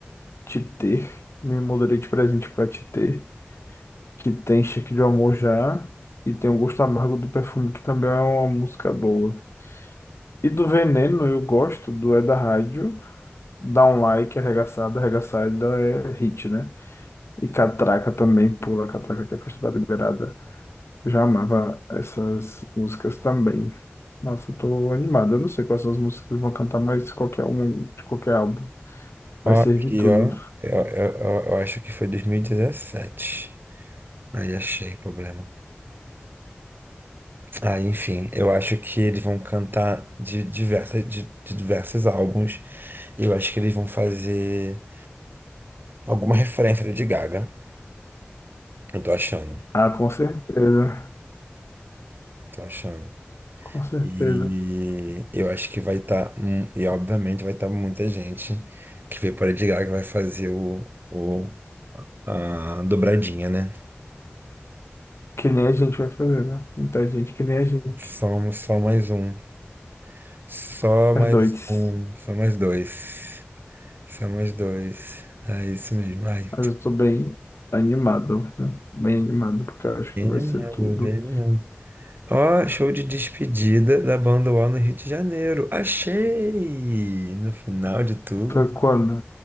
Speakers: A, on the left (about 80°); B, on the right (about 55°).
A: Te Ter, Me Moldurei de Presente Pra Te Ter, que tem Cheque de Amor Já e tem O Gosto Amargo do Perfume, que também é uma música boa. E do Veneno eu gosto, do É da Rádio, Dá um like, arregaçada, arregaçada é hit, né? E catraca também, pula catraca que é festa da liberada. Eu já amava essas músicas também. Nossa, eu tô animado. Eu não sei quais são as músicas que eles vão cantar, mas qualquer um de qualquer álbum vai
B: Ó,
A: servir
B: aqui,
A: tudo.
B: ó. Eu, eu, eu eu acho que foi 2017. Aí achei problema. Ah, enfim, eu acho que eles vão cantar de, diversas, de, de diversos álbuns. E eu acho que eles vão fazer alguma referência de Gaga. Eu tô achando.
A: Ah, com certeza.
B: Tô achando.
A: Com certeza.
B: E eu acho que vai estar, e obviamente vai estar muita gente que veio para Lady Gaga vai fazer o, o a dobradinha, né?
A: Que nem a gente vai fazer, né? Muita gente, que nem a gente.
B: Só, só mais um, só
A: As
B: mais
A: dois.
B: um, só mais dois, só mais dois. É isso mesmo. Ai,
A: Mas eu tô bem animado, viu? bem animado, porque eu acho
B: ele
A: que vai ser
B: mesmo,
A: tudo.
B: ele mesmo. Ó, show de despedida da banda UOL no Rio de Janeiro. Achei! No final de tudo,
A: Foi quando?